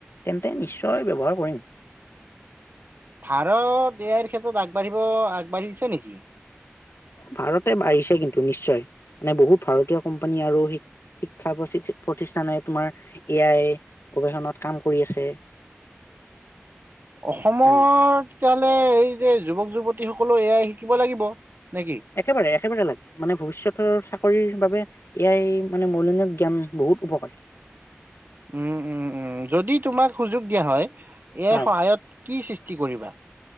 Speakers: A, on the left; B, on the right.
A: তেন্তে নিশ্চয় ব্যৱহাৰ কৰিম।
B: ভাৰত এ-আইৰ ক্ষেত্ৰত আগবাঢ়িব, আগবাঢ়িছে নেকি?
A: ভাৰতে বাঢ়িছে কিন্তু নিশ্চয় মানে বহুত ভাৰতীয় কোম্পানী আৰু - শিক্ষা প্ৰতি প্ৰতিষ্ঠানে তোমাৰ এআই গৱেষণাত কাম কৰি আছে। <inaudible>
B: অসমৰ
A: অ
B: তেতিয়াহ'লে এই যে যুৱক যুৱতীসকলেও এ আই শিকিব লাগিব, নে কি?
A: একেবাৰে একেবাৰেই লাগে, মানে ভৱিষ্যতৰ চাকৰিৰ বাবে- এ আই মানে মৌলিনীয় জ্ঞান বহুত উপকাৰী।
B: উম, উম, উম। যদি তোমাক সুযোগ দিয়া হয় এ আই
A: হয়
B: সহায়ত কি সৃ- সৃষ্টি কৰিবা?